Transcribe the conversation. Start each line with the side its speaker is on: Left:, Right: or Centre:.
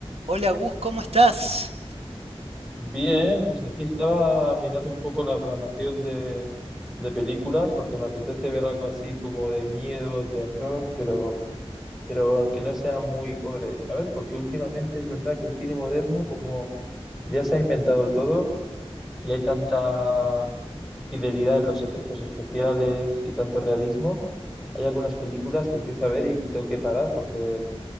Right: Hola Gus, ¿cómo estás?
Centre: Bien, pues aquí estaba mirando un poco la programación de, de películas porque me apetece ver algo así como de miedo, terror, pero, pero que no sea muy gore, ¿sabes? Porque últimamente es verdad que el cine moderno, como ya se ha inventado todo y hay tanta fidelidad en los efectos especiales y tanto realismo, hay algunas películas que empiezo a ver y, y tengo que parar porque